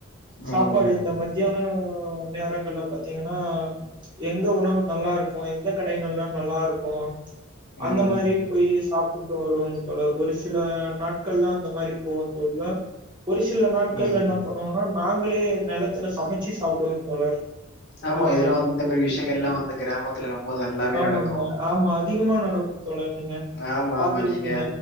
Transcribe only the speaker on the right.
சாப்பாடு இந்த மத்தியானோ நேரங்கள்ல பாத்தீங்கன்னா எங்க உணவு நல்லா இருக்கு எந்த கடைங்கள்ல நல்லா இருக்கு
அந்த மாரி போய் சாப்புட் வருவங் தோழர் ஒரு சில நாட்கள்ல்லா அந்த மாரி போவோ தோழ்ல ஒரு சில நாட்கள்ல
என்ன பண்ணுவோனா நாங்களே நெலத்துல சமைச்சு சாப்பிடுவங் தோழர்
ஆ
ம்
ஆமாங்க
ஆமா அதிகமா நடக்கு தோழர் நீங்க
பாத்துருப்பீங்க.